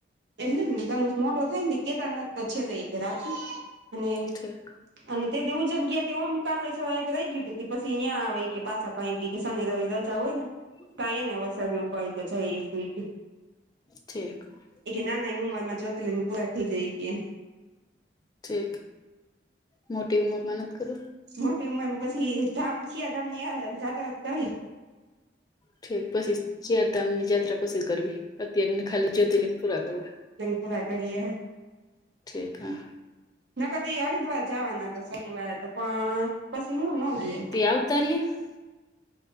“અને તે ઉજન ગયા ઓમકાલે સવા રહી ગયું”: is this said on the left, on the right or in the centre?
Right